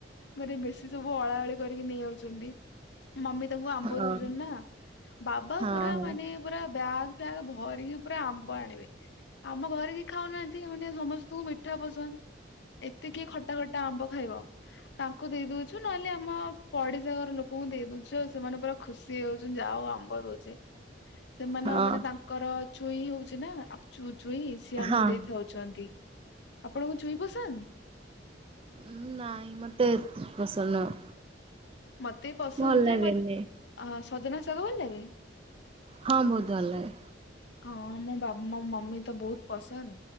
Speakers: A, on the left; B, on the right.
A: ମାନେ ବେଶୀ ସବୁ ଅଳା ଅଳି କରିକି ନେଇ ଯାଉଛନ୍ତି। ମମି ତାଙ୍କୁ ଆମ୍ବ
B: ହୁଁ।
A: ଦଉଛନ୍ତି ନା ବାବା
B: ହଁ।
A: ପୁରା ମାନେ ପୁରା ବ୍ୟାଗ୍ <inaudible> ଭରିକି ପୁରା ଆମ୍ବ ଆଣିବେ। ଆମ ଘରେ କି ଖାଉନାହାନ୍ତି ମାନେ ସମସ୍ତଙ୍କୁ ମିଠା ପସନ୍ଦ। ଏତେ କିିଏ ଖଟା ଖଟା ଆମ୍ବ ଖାଇବ ତାଙ୍କୁ ଦେଇ ଦଉଛୁ ନହେଲେ ଆମ ପଡିସା ଘର ଲୋକ କୁହନ୍ତି <unintelligible> ଦଉଛ ସେମାନେ ପୁରା ଖୁସି ହେଇ ଯାଉଛନ୍ତି ଯାହା ଆଉ ଆମ୍ବ ଦେଉଛି। ସେମାନେ
B: ହଁ
A: ମାନେ ତାଙ୍କ ଙ୍କର ଛୁଇଁ ହଉଛି ନା <inaudible> ଚୁ ଛୁଇଁ ସିଆମକୁ
B: ହଁ
A: ଦେଇଥାଉଛନ୍ତି। ଆପଣଙ୍କୁ ଛୁଇଁ ପସନ୍ଦ?
B: ଉମ ନାଇଁ ମତେ ଏତେ ପସନ୍ଦ ନୁହଁ।
A: ମତେ ପସନ୍ଦ
B: ଭଲ ଲାଗେନି।
A: ଯେ ବତ ସଜନା ଶାଗ ଭଲଲାଗେ।
B: ହଁ ବହୁତ ଭଲ ଲାଗେ।
A: ହଁ ମୋ ବା ମୋ ମମି ତ ବହୁତ ପସନ୍ଦ।